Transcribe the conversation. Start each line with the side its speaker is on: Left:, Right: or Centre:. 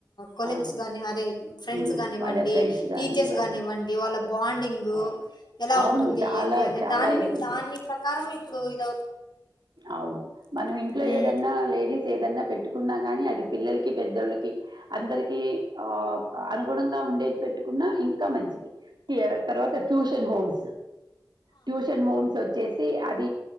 Left: కొలీగ్స్
Right: అవును.
Left: గాని అరే ఫ్రెండ్స్
Right: హ్మ్.
Left: గానివ్వండి
Right: వాళ్ళ ఫ్రెండ్స్ గాని
Left: టీచర్స్
Right: అవును.
Left: కానివ్వండి వాళ్ళ బాండ్ డింగు
Right: అవును.
Left: ఎలా
Right: అవును.
Left: ఉంటుంది
Right: చాలా
Left: ఏంది అనే
Right: చాలా
Left: దాని
Right: ఇదిగుంటది.
Left: మీ దాని ప్రకారమే ఇప్పుడు ఇద
Right: అవును మనం ఇంట్లో
Left: హ్మ్.
Right: ఏదన్నా లేడీస్ ఏదన్నా పెట్టు న్నా కాని అది పిల్లలకి పెద్దోళ్ళకి అందరికి ఆ అనుగుణంగా ఉండేది పెట్టుకు ఇంకా మంచిది తర్వాత ట్యూషన్ హోమ్స్ ట్యూషన్ హోమ్స్ వచ్చేసి అది